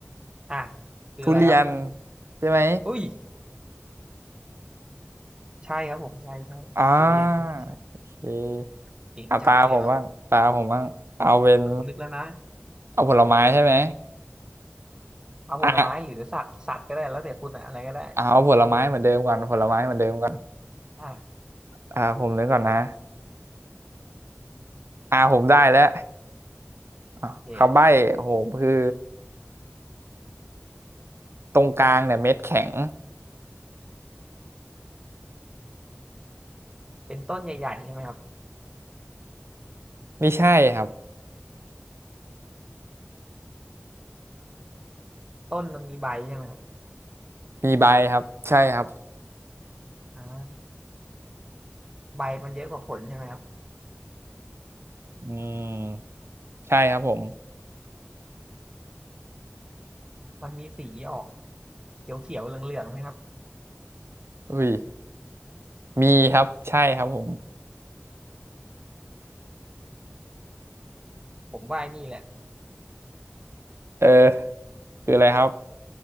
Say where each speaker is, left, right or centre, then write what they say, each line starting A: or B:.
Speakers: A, on the right; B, on the right.
A: อ่ะคืออะไรครับ
B: ทุเรียนใช่ไหม
A: อุ้ยใช่ครับผมใช่ใช่ทุเรียนใช่ใช่
B: อ่าโอเค
A: เก่งจัดเลยวะ
B: อ่ะตาผมบ้างตาผมบ้างเอาเป็น
A: คุณนึกแล้วนะ
B: เอาผลไม้ใช่ไหม
A: เอาผลไม้หรือสัตว์สัตว์ก็ได้แล้วแต่คุณอะอะไรก็ได้
B: อ่ะเอาผลไม้เหมือนเดิมก่อนผลไม้เหมือนเดิมก่อน
A: อ่า
B: อ่าผมนึกก่อนนะอ่าผมได้แล้วอ่ะคำใบ้ผมคือ
A: โอเค
B: ตรงกลางเนี่ยเม็ดแข็ง
A: เป็นต้นใหญ่ๆใช่ไหมครับ
B: ไม่ใช่ครับ
A: ต้นมันมีใบใช่ไหมครับ
B: มีใบครับใช่ครับ
A: อ่าใบมันเยอะกว่าผลใช่ไหมครับ
B: อืมใช่ครับผม
A: มันมีสีออกเขียวๆเหลืองๆไหมครับ
B: อุ้ยมีครับใช่ครับผม
A: ผมว่าไอ้นี่แหละ
B: เออคืออะไรครับ